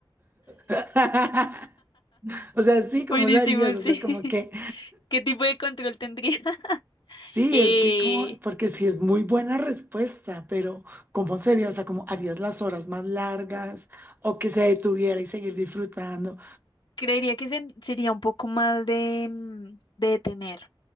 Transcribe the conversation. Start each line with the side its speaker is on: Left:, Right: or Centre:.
Right: <laughs> O sea, sí, ¿cómo
Left: Buenísimo,
Right: lo harías? O
Left: sí.
Right: sea, como que,
Left: ¿Qué tipo de control tendría? <laughs>
Right: sí,
Left: Eh,
Right: es que como, porque sí es muy buena respuesta, pero ¿cómo sería? O sea, ¿cómo harías las horas más largas? O que se detuviera y seguir disfrutando.
Left: creería que sen- sería un poco más de, mm, de detener.